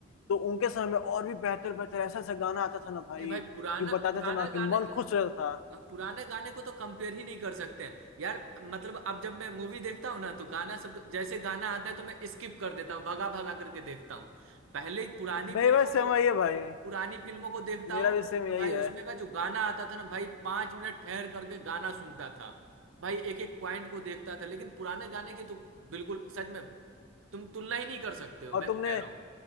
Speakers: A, on the left; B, on the right.
A: तो उनके समय में और भी बेहतर बेहतर ऐसा ऐसा गाना आता था ना भाई
B: नहीं भाई पुराना
A: कि बताते
B: पुराना
A: थे ना कि
B: गाना
A: मन
B: के
A: खुश रहता था
B: पुराने गाने को तो कंपेयर ही नहीं कर सकते हैं यार मतलब अब जब मैं मूवी देखता हूँ ना तो गाना सब तो, जैसे गाना आता है तो मैं स्किप कर देता हूँ भगा भगा करके देखता हूँ पहले पुरानी
A: मेरी
B: फिल्मों
A: बात सेम
B: को
A: वही है भाई
B: पुरानी फिल्मों को देखता
A: मेरा
B: हूँ
A: भी सेम
B: तो
A: यही
B: भाई
A: है
B: उसमें का जो गाना आता था ना भाई पांच मिनट ठहर करके गाना सुनता था भाई एक एक पॉइंट को देखता था लेकिन पुराने गाने की तो बिल्कुल सच में तुम तुलना ही नहीं कर सकते हो
A: और
B: मैं
A: तुमने
B: तो कह रहा हूँ